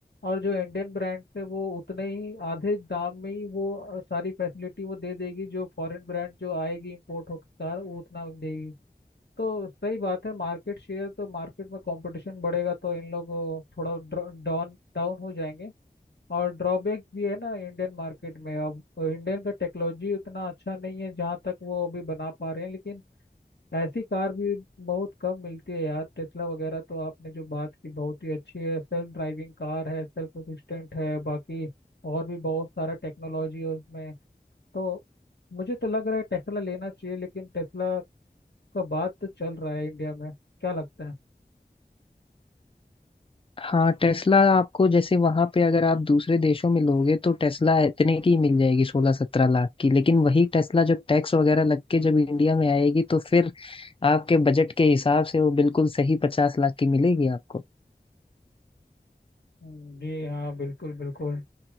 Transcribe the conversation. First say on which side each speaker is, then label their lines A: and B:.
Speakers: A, on the left; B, on the left.
A: और जो इंडियन ब्रांड है वो उतने ही आधे दाम में ही वो अ, सारी फैसिलिटी वो दे देगी जो फॉरेन ब्रांड जो आएगी इम्पोर्ट होकर कार वो उतना देगी तो सही बात है मार्केट शेयर तो मार्केट में कंपटीशन बढ़ेगा तो इन लोग को थोड़ा डाउन डाउन हो जाएंगे और ड्रॉबैक भी है ना इंडियन मार्केट में अब इंडियन का टेक्नोलॉजी उतना अच्छा नहीं है जहाँ तक वो अभी बना पा रहे हैं लेकिन ऐसी कार भी बहुत कम मिलती है यार टेस्ला वगैरह तो आपने जो बात की बहुत ही अच्छी है सेल्फ ड्राइविंग कार है सेल्फ असिस्टेंट है बाकी और भी बहुत सारा टेक्नोलॉजी है उसमें तो मुझे तो लग रहा है टेस्ला लेना चाहिए लेकिन टेस्ला का बात तो चल रहा है इंडिया में क्या लगता है
B: हाँ टेस्ला आपको जैसे वहां पे अगर आप दूसरे देशों में लोगे तो टेस्ला इतने की मिल जाएगी सोलह सत्रह लाख की लेकिन वही टेस्ला जब टैक्स वगैरह लग के जब इंडिया में आएगी तो फिर आपके बजट के हिसाब से वो बिल्कुल सही पचास लाख की मिलेगी आपको
A: हम्म, जी हाँ बिल्कुल बिल्कुल